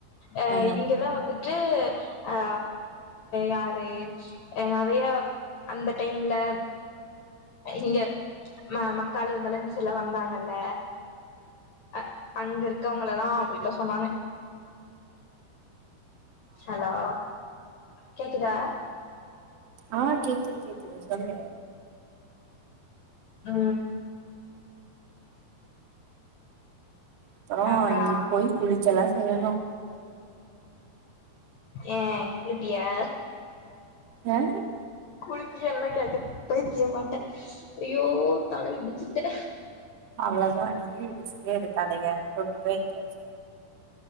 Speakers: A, on the left (about 65°); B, on the right (about 55°).
A: ஆ
B: அ
A: இங்கதா வந்துட் ட்டு ஆ யாரு அ நறையா அந்த டைம்ல இங்க ம <unintelligible> நல்ல அ அங்க இருக்கவங்களதா அப்டிதா சொன்னாங்க ஹலோ கேக்குதா
B: ஆ கேக்குது கேக்குது சொல்லு
A: ஆ
B: அப்பறோ
A: அப்பா
B: இனி போய் குளிச்செல்லா செய்யணு
A: ஏ நிப்பியா
B: யாரு
A: குலுக்கி எல்லா கேக்க பைத்திய மாட்ட ஐயோ தல இடிச்சு ட்டு
B: அவ்ளதா நீயு இடிச்டே இரு தலைய கொண்டு போய் எங்கயாச்சு